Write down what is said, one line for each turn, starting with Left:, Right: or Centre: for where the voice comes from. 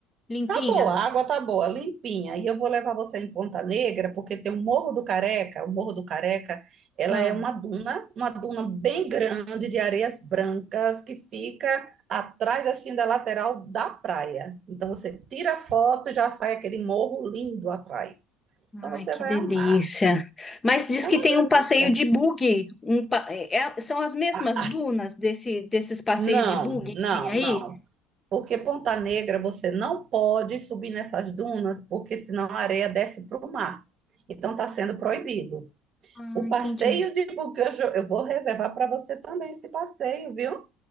Left: Limpinha?
Right: Tá boa, a água tá boa, limpinha. E eu vou levar você em Ponta Negra, porque tem o Morro do Careca. O Morro do Careca, ela
Left: Ah.
Right: é uma duna, uma duna bem grande de areias brancas que fica atrás assim da lateral da praia. Então você tira a foto e já sai aquele morro lindo atrás. Então você
Left: Ai, que
Right: vai
Left: delícia.
Right: amar.
Left: Mas diz
Right: É
Left: que
Right: uma
Left: tem
Right: delícia.
Left: um passeio de buggy. um pa- é- são as mesmas
Right: Ah,
Left: dunas desse, desses passeios
Right: não,
Left: de buggy
Right: não,
Left: que tem aí?
Right: não. Porque Ponta Negra você não pode subir nessas dunas, porque senão a areia desce para o mar. Então está sendo proibido.
Left: Ah,
Right: O passeio
Left: entendi.
Right: de buggy eu, jo- eu vou reservar para você também esse passeio, viu?